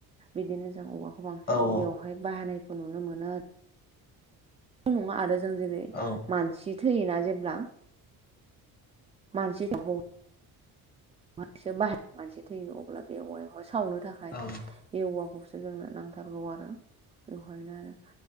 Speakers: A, on the right; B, on the left.
A: बिदिनो जों औवाखौ बांसिन
B: औ औ
A: बेवहाय बाहानायखौ नुनो मोनो आरो। नङा आरो जों जेरै
B: औ
A: मानसि थैयोना जेब्ला मानसि दहौ माखसे बाहायो मानसि थैयो अब्ला बे औवायावहाय सावनो थाख
B: औ
A: बे औवाखौसो जोंनो नांथारगौ आरो बेवहायनो आरो